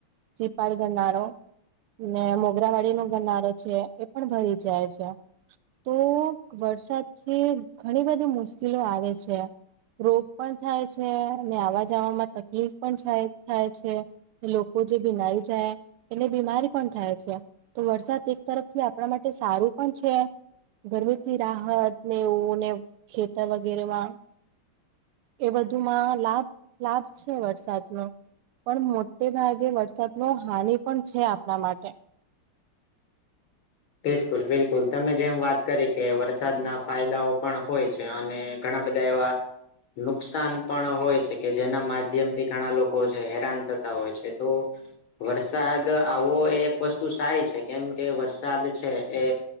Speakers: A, on the right; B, on the left.
A: ચીપાડ ગરનારો ને મોગરાવાડી નો ગનારો છે એ પણ ભરી જાય છે. તો વરસાદથી ઘણી બધી મુશ્કેલો આવે છે. રોગ પણ થાય છે અને આવવા જવામાં તકલીફ પણ થાય છે. લોકો જે બીનાઈ જાય એને બીમારી પણ થાય છે. તો વરસાદ એક તરફ થી આપણા માટે સારું પણ છે. ગરમીથી રાહત ને એવુંને ખેતર વગેરેમાં એ બધુમાં લાભ લાભ છે વરસાદનો. પણ મોટે ભાગે વરસાદ નો હાનિ પણ છે આપણા માટે.
B: બિલકુલ બિલકુલ તમે જેમ વાત કરી કે વરસાદના ફાયદાઓ પણ હોય છે અને ઘણા બધા એવા નુકસાન પણ હોય છે કે જેના માધ્યમથી ઘણા લોકો હેરાન થતા હોય છે તો વરસાદ આવો એ એક વસ્તુ સારી છે કેમ કે વરસાદ છે એ